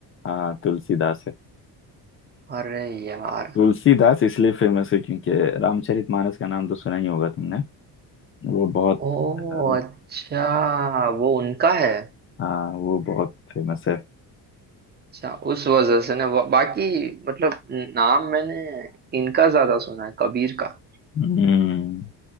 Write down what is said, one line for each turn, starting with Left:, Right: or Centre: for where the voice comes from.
Left: हाँ तुलसीदास है
Right: अरे यार
Left: तुलसीदास इसलिए फेमस है क्योंकि रामचरितमानस का नाम तो सुना ही होगा तुमने वो बहुत
Right: ओ
Left: अ,
Right: अच्छा वो उनका है
Left: हाँ वो बहुत फेमस है
Right: अच्छा उस वजह से ना वो- बाकी मतलब नाम मैंने इनका ज्यादा सुना है कबीर का
Left: हम्म